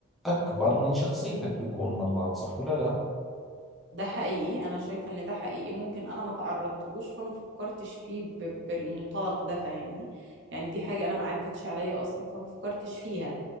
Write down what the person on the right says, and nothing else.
ده حقيقي انا شايفه ان ده حقيقي ممكن انا ما تعرضتلوش فما فكرتش فيه ب- بالمنطلق ده فاهمني يعني دي حاجه انا ما عدتش عليا اصلا فما فكرتش فيها